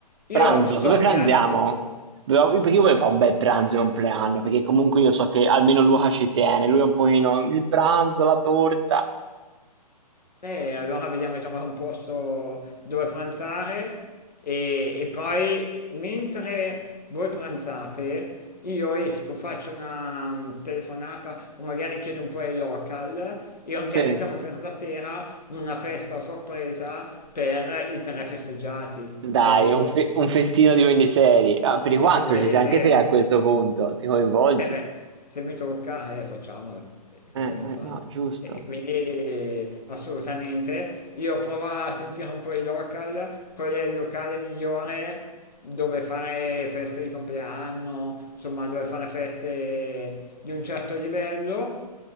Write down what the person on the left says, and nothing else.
io
lo so,
ragazzi.
E allora vediamo di trovare un posto dove pranzare e, e poi mentre voi pranzate io esco, faccio una mm, telefonata o magari chiedo un po' ai local e organizziamo
per la sera una festa a sorpresa per i tre festeggiati,
capito?
Quindi quelli
seri.
Eh beh, se mi tocca, eh, facciamolo, Eh, cosa
dobbiamo
fare?
E, e quindi eh, assolutamente, io provo a sentire un po' i local, qual è il locale migliore dove fare feste di compleanno, insomma dove fare feste di un certo livello